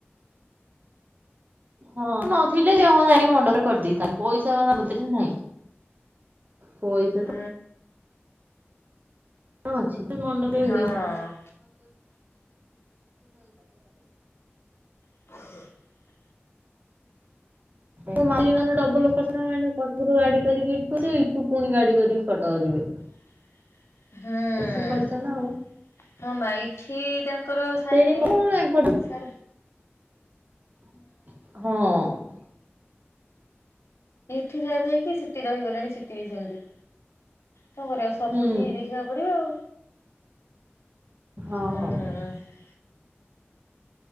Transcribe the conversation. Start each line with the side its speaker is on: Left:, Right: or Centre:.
Right: ହଁ ନଥିଲେ ସେ ହଁ ଯାଇକି ମଣ୍ଡପରେ କରିଦେଇଥାନ୍ତେ। <unintelligible> ନାହିଁ। ପଇସା
Left: ହୁଁ
Right: ତ ହ ଅଛି ମଣ୍ଡପରେ
Left: ହଁ। ହ
Right: ହଁ ଡବଲଟ <inaudible> ରୁ ଗାଡି କରିକି ଇଠୁ ଯେ ଏଇଠୁ ପୁଣି ଗାଡି କରିକି କଟକ ଯିବେ।
Left: ହୁଁ
Right: ବେଶୀ ଖର୍ଚ୍ଚ ନା ଆଉ
Left: ହଁ ମା ଏଠି ତାଙ୍କର ସାାଇ
Right: ସେଇଠି
Left: ଭାଇ
Right: କଣ
Left: ସ
Right: ହଁ
Left: ଠି ଭ ହେକି ସିତି ରହିଗଲେଣି ସିତି ବି ସେମିତି ତା କରିବା ସବୁଠି
Right: ହୁଁ
Left: ଦେଖିବାକୁ ପଡିବ ଆଉ
Right: ଓହୋ
Left: ହୁଁ